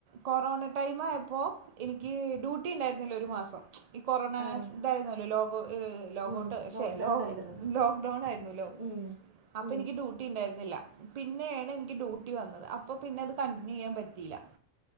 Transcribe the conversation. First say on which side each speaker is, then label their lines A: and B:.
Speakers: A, on the right (about 80°); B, on the right (about 40°).
A: കൊറോണ ടൈം ആയപ്പോൾ എനിക്ക് ഡ്യൂട്ടി ഉണ്ടായിരുന്നില്ല ഒരു മാസം ഈ കൊറോണ
B: ആഹ്
A: സ- ഇതായിരുന്നല്ലോ ലോകം - ലോഗഔട്ട്
B: ഉം ലോക്ക്ഡൗൺ
A: ശേ ലോക്ക്
B: ആയിരുന്നു
A: ഡൗൺ ആയിരുന്നല്ലോ
B: ഉം
A: അപ്പൊ
B: ഉം
A: എനിക്ക് ഡ്യൂ - ട്ടി ഉണ്ടായിരുന്നില്ല പിന്നെയാണ് എനിക്ക് ഡ്യൂട്ടി വന്നത് അപ്പോൾ പിന്നെ അത് കണ്ടിന്യൂ ചെയ്യാൻ പറ്റിയില്ല